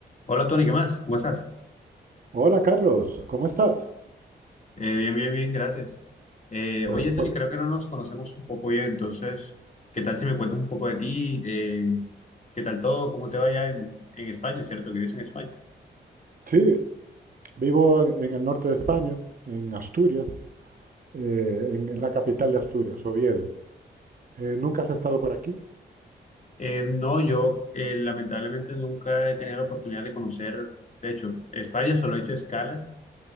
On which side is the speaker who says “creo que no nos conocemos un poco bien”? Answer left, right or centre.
Left